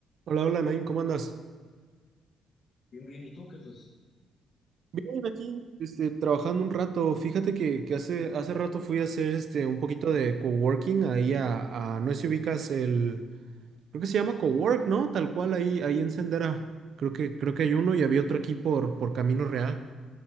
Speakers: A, on the right; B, on the left.
A: Hola, hola, Nain, ¿cómo andas?
B: Bien, bien, ¿y tú qué haces?
A: Bien, aquí, este, trabajando un rato. Fíjate que, que hace, hace rato fui a hacer este, un poquito de coworking ahí a, a- no sé si ubicas el, creo que se llama cowork, ¿no? Tal cual ahí, ahí en Sendera. Creo que, creo que
B: Eh,
A: hay uno y había otro aquí por, por Camino Real.